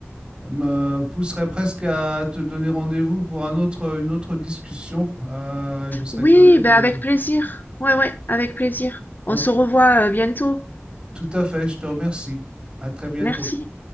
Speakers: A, on the right; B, on the left.
A: me pousserait presque à te donner rendez-vous pour un autre, une autre discussion. Heu, je serais
B: Oui,
A: curieux de
B: ben avec plaisir. Ouais, ouais, avec plaisir.
A: en
B: On se
A: tout
B: revoit euh, bientôt.
A: tout à fait, je te remercie. À très bientôt.
B: Merci.